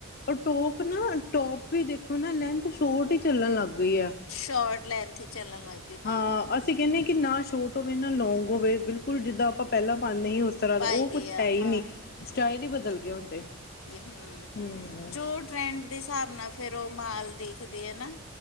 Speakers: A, on the left; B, on the left.
A: ਉਹ ਟੋਪ ਨਾ ਟੋਪ ਵੀ ਦੇਖੋ ਨਾ ਲੈਂਥ ਸ਼ੋਰਟ ਈ ਚੱਲਣ ਲੱਗ ਗਈ ਏ।
B: ਸ਼ੋਰਟ ਲੈਂਥ ਹੀ ਚੱਲਣ ਲੱਗ ਪਈ
A: ਹਾਂ ਅਸੀਂ ਕਹਿੰਨੇ ਕਿ ਨਾ ਛੋਟ ਟ ਹੋਵੇ ਨਾ ਲੌਂਗ ਹੋਵੇ ਬਿਲਕੁਲ ਜਿੱਦਾ ਆਪਾਂ ਪੇਲਾਂ ਪਾਨੇ ਈ ਉਸ ਤਰਾ
B: ਪਾਈ
A: ਦਾ ਉਹ
B: ਦੇ
A: ਕੁਛ
B: ਆ
A: ਹੈ ਈ
B: ਹਾਂ
A: ਨੀ ਸਟਾਈਲ ਈ ਬਦਲ ਗਏ ਹੁਣ ਤੇ।
B: ਹੂੰ,
A: ਹੂੰ
B: ਜੋ ਟਰੈਂਡ ਦੇ ਹਿਸਾਬ ਨਾਲ ਫੇਰ ਉਹ ਮਾਲ ਦੇਖਦੇ ਏ ਨਾ।